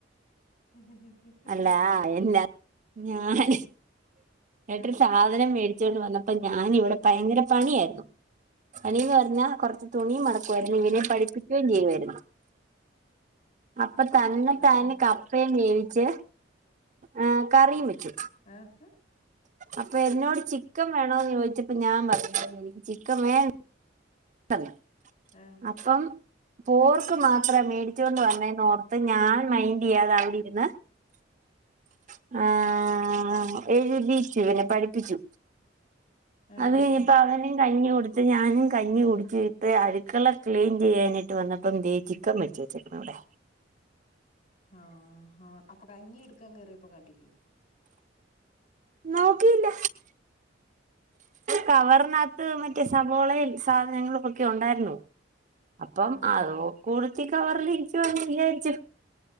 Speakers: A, on the left (about 45°); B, on the right (about 40°).
A: <unintelligible>
B: അല്ലാ
A: അതെ അതെ
B: എന്നാ ഞാൻ ഏട്ടന്
A: ആഹ്
B: സാധനം മേടി- ച്ചോണ്ട് വന്നപ്പോ ഞാന ഇവിടെ ഭയങ്കര പണിയായിരുന്നു പണിന്ന് പറഞ്ഞാ കൊറച്ച് തുണി മടക്ക ഇവനെ
A: ആഹ്
B: പഠിപ്പിക്കുവേം ചെയ്യുവായിരുന്നു അപ്പൊ തന്നത്താനെ
A: ആഹ്
B: ക പ്പേം വേവിച്ച് ആഹ് കറിയും വെച്ചു
A: ആഹാ
B: അപ്പൊ എന്നോട് ചിക്കൻ വേണോന്ന് ചോദിച്ചപ്പോ ഞാൻ പറഞ്ഞു ചിക്കൻ വേ- ട്ട തെ
A: ആഹ്
B: അപ്പം പോർക്ക് മാത്രേ മേടിച്ചോണ്ട് വന്നെന്നോർത്ത് ഞാൻ മൈൻഡ് ചെയ്യാതെ അവിടെ ഇരുന്ന് <inaudible> ആഹ് എഴുതിച്ചു പിന്നെ പഠിപ്പിച്ചു
A: ആഹ്
B: അത്
A: ആഹ്
B: കയിഞ്ഞപ്പോ
A: ആഹ്
B: അവനും കഞ്ഞി കൊടുത്ത് ഞാനും കഞ്ഞി കുടി- ച്ചിട്ട് അടുക്കള ക്ലീൻ ചെയ്യാനായിട്ട് വന്നപ്പം ദേ ചിക്കൻ മേടിച്ച് വെച്ചേക്കുന്നു അവടെ
A: ആഹാ അപ്പൊ കഞ്ഞി എടുക്കാൻ കേറിയപ്പോ കണ്ടില്ലേ
B: നോക്കിയില്ല കവറിനാത്ത്
A: ആഹ് പിന്നെ
B: മറ്റേ
A: പറ
B: സബോളെം സാധനങ്ങളുമൊക്കെ ഒണ്ടാരുന്നു അപ്പം
A: ആഹ്
B: അത് കൂടു- ത്തി കവറിൽ ഇൻക്ക് വന്ന വിയാരിച്ചു